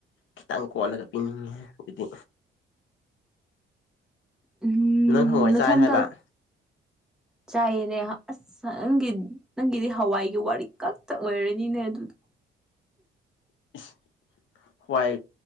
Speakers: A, on the left (about 70°); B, in the centre.
A: ꯈꯤꯇꯪ ꯀꯣꯜꯂꯒ ꯄꯤꯅꯤꯡꯉꯦꯍꯦ ꯑꯗꯨꯗꯤ
B: ꯎꯝ
A: ꯅꯪ ꯍꯪꯋꯥꯏ
B: ꯅꯊꯟꯗ
A: ꯆꯥꯏ ꯍꯥꯏꯕ
B: ꯆꯥꯏꯌꯦꯅꯦ ꯑꯁ ꯅꯪꯒꯤ ꯅꯪꯒꯤꯗꯤ ꯍꯋꯥꯏꯒꯤ ꯋꯥꯔꯤ ꯈꯛꯇꯛ ꯑꯣꯏꯔꯅꯤꯅꯦ ꯑꯗꯨꯗꯤ
A: <unintelligible> ꯍꯋꯥꯏ